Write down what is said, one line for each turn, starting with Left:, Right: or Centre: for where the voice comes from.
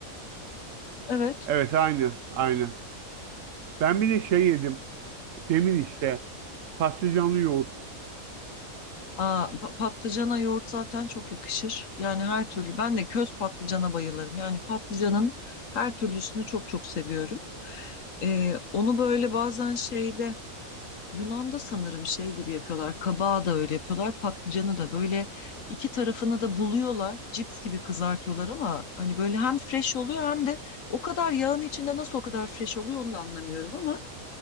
Left: Evet.
Right: Evet aynı. Aynı. Ben bir de şey yedim. Demin işte. Patlıcanlı yoğurt.
Left: Aa, pa- patlıcana yoğurt zaten çok yakışır. Yani her türlü. Ben de köz patlıcana bayılırım. Yani patlıcanın her türlüsünü çok çok seviyorum. Ee, onu böyle bazen şeyde Yunan'da sanırım şey gibi yapıyorlar. Kabağı da öyle yapıyorlar. Patlıcanı da böyle iki tarafını da buluyorlar. Cips gibi kızartıyorlar ama hani böyle hem fresh oluyor hem de o kadar yağın içinde nasıl o kadar fresh oluyor onu da anlamıyorum ama